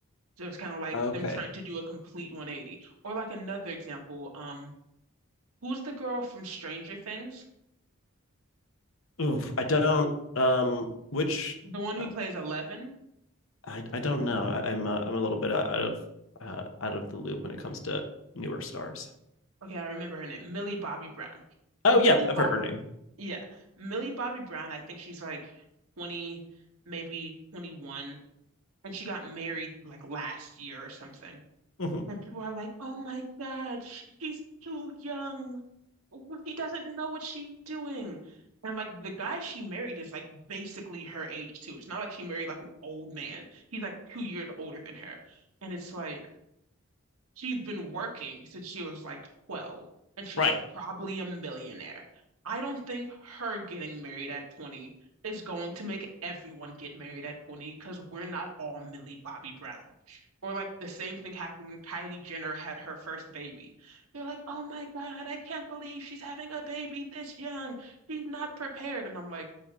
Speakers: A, on the right; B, on the left.
A: So it's kind of like
B: Okay.
A: them trying to do a complete 180. Or like another example, um, who's the girl from Stranger Things?
B: Oof, I don't um which
A: The one
B: uh,
A: who plays Eleven?
B: I I don't know. I- I'm uh, I'm a little bit out out of uh out of the loop when it comes to newer stars.
A: Okay, I remember her name, Millie Bobby Brown.
B: Oh
A: Millie
B: yeah, I've
A: Bob,
B: heard her name.
A: yeah, Millie Bobby Brown. I think she's like 20, maybe 21, and she got married like last year or something.
B: hmm
A: And people are like, "Oh my God, she- she's too young. She doesn't know what she's doing." And like the guy she married is like basically her age too. It's not like she married like an old man. He's like two years older than her. And it's like, She's been working since she was like 12, and she's
B: Right.
A: probably a millionaire. I don't think her getting married at 20 is going to make everyone get married at 20 because we're not all Millie Bobby Brown. Or like the same thing happened when Kylie Jenner had her first baby. They're like, oh my God, I can't believe she's having a baby this young. She's not prepared. And I'm like,